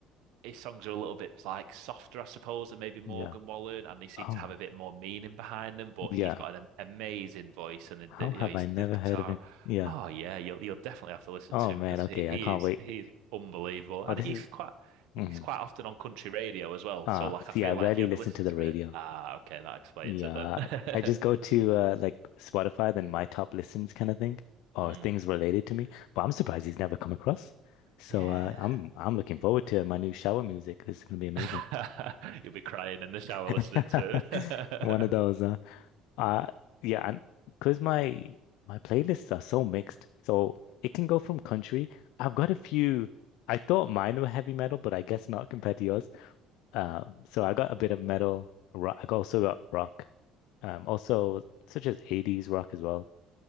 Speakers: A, on the right; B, on the left.
A: his songs are a little bit like softer, I suppose, than maybe Morgan
B: Yeah.
A: Wallen, and they seem
B: Oh,
A: to have a bit more meaning behind them. But
B: yeah.
A: he's got an am- amazing voice, and the,
B: How
A: the-
B: have
A: you know his
B: I never
A: the guitar.
B: heard of him? Yeah.
A: Oh yeah, you'll you'll definitely have to listen
B: Oh
A: to him
B: man.
A: because
B: Okay.
A: he he
B: I can't
A: is
B: wait.
A: he is unbelievable, and
B: Oh, this
A: he's
B: is.
A: quite he's
B: hmm
A: quite often on country radio as well.
B: Ah,
A: So like,
B: see,
A: I feel
B: I rarely
A: like if you ever
B: listen
A: listen
B: to the
A: to
B: radio.
A: it, ah, okay, that explains
B: Yeah.
A: it then.
B: I just go
A: <laughs>
B: to uh, like Spotify, then my top listens kind of thing, or
A: Hmm.
B: things related to me. But I'm surprised he's never come across. So
A: Yeah.
B: uh, I'm I'm looking forward to my new shower music. This is gonna be amazing.
A: <laughs> You'll be crying in the shower
B: <laughs>
A: listening to it.
B: One of those.
A: <laughs>
B: Uh, Uh, yeah, and because my my playlists are so mixed, so it can go from country. I've got a few. I thought mine were heavy metal, but I guess not <laughs> compared to yours. Um, so I got a bit of metal. Rock. I also got rock. Um, also such as 80s rock as well.